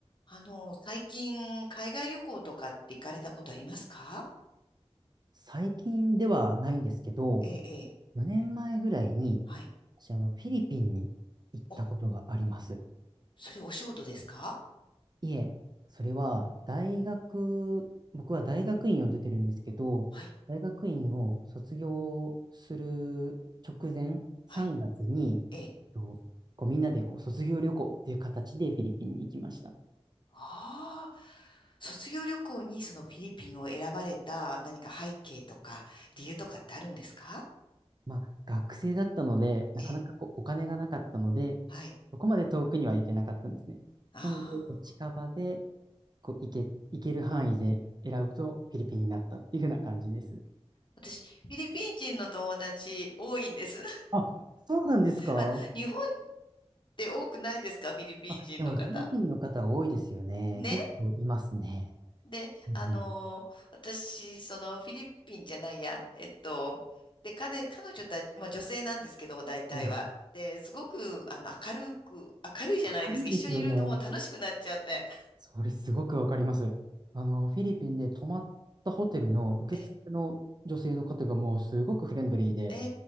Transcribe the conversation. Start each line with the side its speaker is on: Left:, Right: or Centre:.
Left: あの、最近、海外旅行とかって行かれたことありますか
Right: 最近ではないんですけど、
Left: ええ、ええ、
Right: 4年前ぐらいに、
Left: はい。
Right: 私、あの、フィリピンに行ったことがあります。
Left: お、それお仕事ですか
Right: いえ、それは大学、僕は大学院を出てるんですけど、
Left: はい、
Right: 大学院を卒業する直前、3月に、
Left: はい、ええ。
Right: えっとこうみんなでこう卒業旅行っていう形でフィリピンに行きました。
Left: ああ、卒業旅行にそのフィリピンを選ばれた何か背景とか理由とかってあるんですか
Right: まあ、学生だったので、なかなかこうお金がなかったので、
Left: ええ、はい。
Right: そこまで遠くには行けなかったんですね。
Left: ああ、
Right: なので、こう近場で、こう、行け、行ける範囲で選ぶとフィリピンになったっていう風な感じです。
Left: 私、フィリピン人の友達多いんです。
Right: あ、そうなんですか
Left: <laughs> あ、日本って多くないですかフィリピン人の方。
Right: あ、でもフィリピンの方多いですよね。
Left: ね
Right: 結構いますね。
Left: で、
Right: うんうん。
Left: あのー私、そのフィリピンじゃないや、えっと、で、彼、彼女たち、まあ女性なんですけど、大体は。
Right: うん、
Left: で、すごく、あの、明るく、明るいじゃないですか。
Right: 明るいですよね。
Left: 一緒にいるともう楽しくなっちゃって。<laughs>
Right: それすごくわかります。あの、フィリピンで泊まったホテルの受付の女性の方がもうすごくフレンドリーで、
Left: え、え